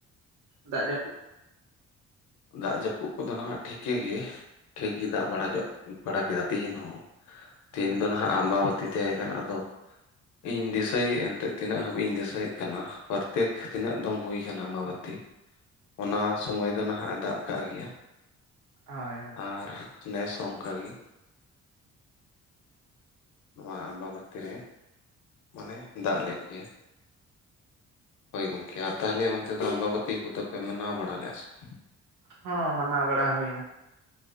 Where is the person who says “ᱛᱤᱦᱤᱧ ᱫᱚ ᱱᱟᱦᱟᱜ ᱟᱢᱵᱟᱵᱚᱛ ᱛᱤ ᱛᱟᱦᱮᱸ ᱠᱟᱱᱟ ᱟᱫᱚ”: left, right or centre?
Left